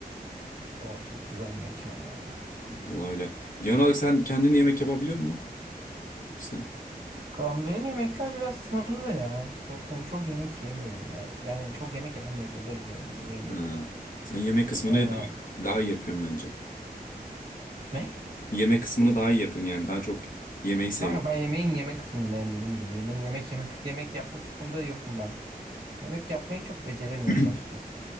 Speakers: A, on the right; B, on the left.
A: Ah, O çok güzel bir mekan ya.
B: Vallahi öyle. Genel olarak sen kendin yemek yapabiliyor musun? Sen,
A: Kaan benim yemekler biraz sınırlı ya. Çok hani çok yemek yemiyorum ya. Yani çok yemek yapamıyorum özür dilerim yiyemiyorum
B: ha.
A: dedim.
B: Sen yemek kısmını
A: Ee,
B: daha, daha iyi yapıyorsun bence.
A: ne?
B: Yemek kısmını daha iyi yapıyorsun yani daha çok yemeği seviyorsun.
A: Kanka ben yemeğin yemek kısmındayım dediğim gibi. Yemeğin yemek yemek yemek yapma kısmında yokum ben. Yemek yapmayı çok beceremiyorum
B: <laughs>
A: açıkçası.